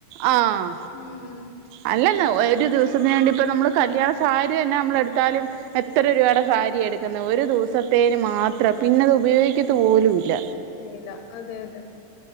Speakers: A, on the right (about 85°); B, on the left (about 80°).
A: ആഹ്
B: ഉം
A: അല്ലല്ല ഒരു ദിവസത്തിന് വേണ്ടി ഇപ്പം നമ്മൾ കല്യാണ സാരി തന്നെ നമ്മള് എടുത്താലും എത്ര രൂപയുടെ സാരി എടുക്കുന്ന ഒരു ദിവസത്തേന് മാത്രം പിന്നെത് ഉപയോഗിക്കത്തു പോലും ഇല്ല
B: ഇല്ല അതെ അതെ